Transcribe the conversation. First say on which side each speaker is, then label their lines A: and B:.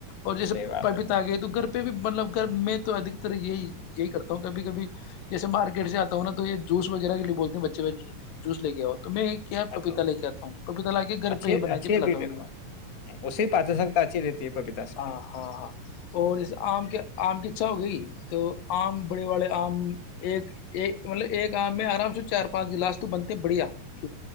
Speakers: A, on the left; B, on the left.
A: اور جیسے
B: صحیح بات
A: پرپیتا
B: ہے
A: آ گئی تو گھر بھی مطلب اگر میں تو ادکتر یہی یہی کرتا ہ کبھی کبھی جیسے مارکیٹ سے آتا ہوں نا تو یہ جوس وغیرہ کے لیے بول ہیں بچے ب جوس لے کے آؤ تو میں کیا
B: ا
A: پپیتا
B: تو
A: لے کے آتا ہوں پپیتا لا کے گھر
B: اچھی
A: پہ ہی بنا
B: اچھی
A: کے
B: ہے
A: پلاتا
B: بیٹ
A: ہوں ان کو
B: اسے پچ سکتا اچھی رہتی ہے پپیتا سے
A: ہاں ہاں ہاں اور جسے آم کے آم کی چا ہو گئی تو آم بڑے والڑے آم ایک ایک مطلب ایک آم میں آرام سے چار پانچ گلاس تو بنتے بڑھیا چ